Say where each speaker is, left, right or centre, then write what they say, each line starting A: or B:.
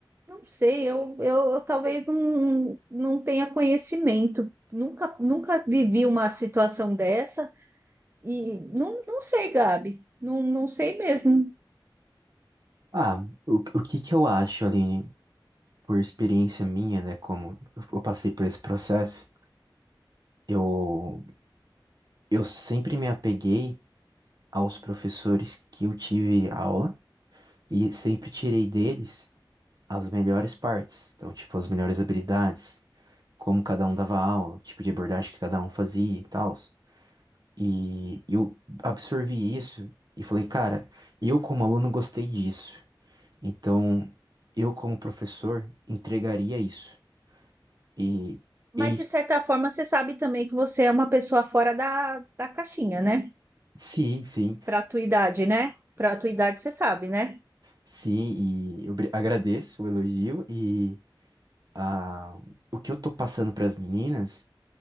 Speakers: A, on the right; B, on the right.
A: não sei, eu, eu, eu talvez não, não tenha conhecimento. Nunca, nunca vivi uma situação dessa e não, não sei, Gabi. Não, não sei mesmo.
B: Ah, o, o que que eu acho, Aline, por experiência minha, né, como eu passei por esse processo, eu, eu sempre me apeguei aos professores que eu tive aula e sempre tirei deles as melhores partes, então, tipo, as melhores habilidades, como cada um dava aula, o tipo de abordagem que cada um fazia e tal. E eu absorvi isso e falei, cara, eu como aluno gostei disso. Então, eu como professor entregaria isso. E,
A: Mas,
B: é isso.
A: de certa forma, você sabe também que você é uma pessoa fora da, da caixinha, né?
B: sim, sim,
A: Para a tua idade, né? Para a tua idade, você sabe, né?
B: sim. E eu bri- agradeço o elogio e a, o que eu tô passando para as meninas